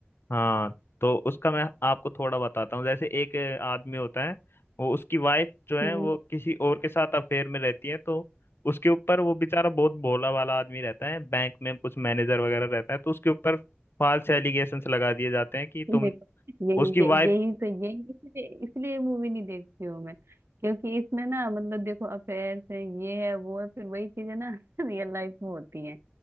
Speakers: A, on the left; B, on the right.
A: हाँ तो उसका मैं आपको थोड़ा बताता हूँ जैसे एक अ, आदमी होता है वो उसकी वाइफ जो है
B: ना
A: वो किसी और के साथ अफेयर में रहती है तो उसके ऊपर वो बेचारा बहुत भोला वाला आदमी रहता है बैंक में कुछ मैनेजर वगैरह रहता है तो उसके ऊपर फाल्स एलिगेशंस लगा दिए जाते हैं कि तुम
B: देखो यही
A: उसकी वाइफ
B: यही यही तो यही इसलिए इसलिए मूवी नहीं देखती हूँ मैं क्योंकि इसमें ना मतलब देखो अफेयर्स है ये है वो है फिर वही चीजें ना <laughs> रियल लाइफ में होती हैं